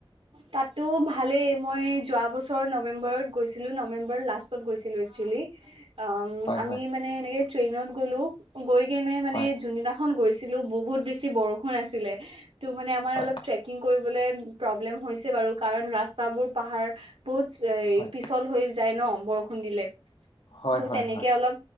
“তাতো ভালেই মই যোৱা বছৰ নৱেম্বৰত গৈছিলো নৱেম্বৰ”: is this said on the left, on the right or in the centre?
Right